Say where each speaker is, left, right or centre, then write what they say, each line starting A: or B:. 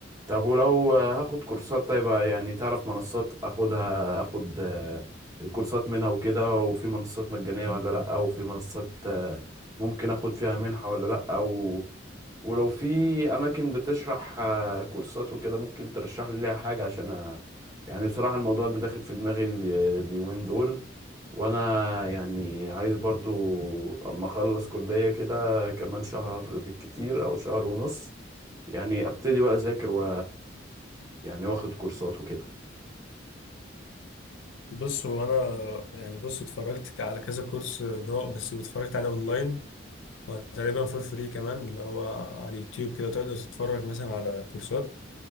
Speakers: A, on the right; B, on the left.
A: طب ولو آه، هاخد كورسات طيب آه، يعني تعرف منصات اخدها اخد آه، الكورسات منها وكده وفي منصات مجانيه ولا لا وفي منصات ممكن اخد فيها منحة ولا لا او ولو في اماكن بتشرح آه، كورسات وكده ممكن ترشح لي ليها حاجة عشان أ... يعني بصراحة الموضوع ده داخل في دماغي ال- اليومين دول وانا يعني عايز برضو اما اخلص كلية كده كمان شهر بالكتير او شهر ونص يعني ابتدي بقى اذاكر و يعني واخد كورسات وكده
B: بص هو انا يعني بص اتفرجت على كذا كورس اللي هو بس اتفرجت على اونلاين وتقريبا فور فري كمان اللي هو على اليوتيوب كده تقدر تتفرج مثلا على كورسات